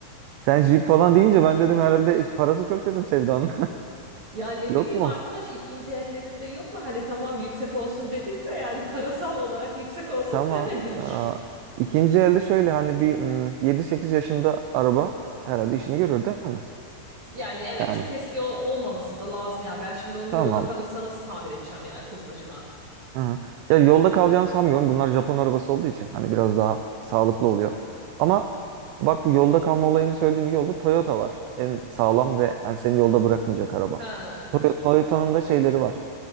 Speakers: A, on the right; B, on the right.
A: sen jip falan deyince ben dedim herhalde iş parası çok dedim Sevda'nın.
B: Ya ne
A: <laughs>
B: bileyim
A: Yok mu?
B: arkadaş ikinci ellerinde yok mu? Hani tamam yüksek olsun dedik de yani parasal olarak yüksek olsun
A: Tamam.
B: demedik.
A: Aa, ikinci elde şöyle hani bir mm, 7-8 yaşında araba herhalde işini görür değil mi?
B: Yani evet
A: Yani
B: çok eski ol- olmaması da lazım ya. Ben şimdi onu
A: tamam.
B: yolda kalırsa nasıl tamir edeceğim ya kız başıma.
A: Aha. Ya yolda kalacağını sanmıyorum. Bunlar Japon arabası olduğu için hani biraz daha sağlıklı oluyor. Ama bak bu yolda kalma olayını söylediğin iyi oldu. Toyota var. En sağlam ve hani seni yolda bırakmayacak araba.
B: Ha.
A: Toy- Toyota'nın da şeyleri var.